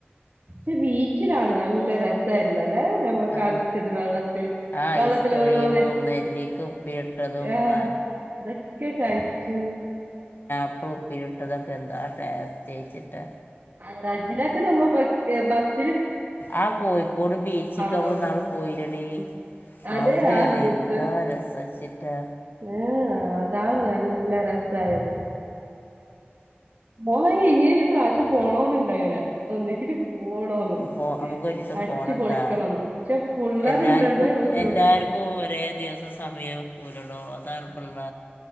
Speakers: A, on the right; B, on the left.
A: പക്ഷെ ബീച്ചിലാണ് നല്ല രസമായിുന്നല്ല ല്ല നമ്മ
B: ആ
A: കളിച്ചത് വെള്ളത്തി
B: ആ
A: വെള്ളത്തി
B: ഐസ്ക്രീമും
A: ഓരോന്ന്
B: നെല്ലിക്ക ഉപ്പിലിട്ടതും
A: ആഹ
B: മ
A: അതൊക്കെ കഴിച്ചു
B: പ്പ ഉപ്പിലിട്ടതൊക്കെ എന്താ ടേസ്റ്റ് <inaudible> ജയിച്ചിട്ട്
A: ആ അജിലക്കെ നമ്മ പ ബ <unintelligible>
B: ആ കോഴിക്കോട് ബീച്ചക്ക്ൾ
A: സൗണ്ട് ഒന്നും
B: നാളെ പോയിരടി
A: അതെ
B: അവിടെയാണ്
A: അത് എന്തൊരു
B: എന്താ രസച്ചിട്ടാ
A: ഏ അതാണ് നല്ല രസായത് പോന്നെങ്കി ഇന പ്രാവശം പോകണന്ന് ങ്ങനെ ഒന്നിച്ചിട്ട് പോണോന്ന്
B: നമുക്ക് ഒരു ദിവസം
A: അടിച്ചു
B: പോണട്ടാ
A: പൊളിക്കണംന്ന് പക്ഷെ പുള്ളേരുണ്ടത്
B: എല്ലാർക്കും
A: ബുദ്ധിമുട്ട്
B: എല്ലാർക്കും ഒരേ ദിവസ സമയം കേടോ അതാ ഇപ്പല്ല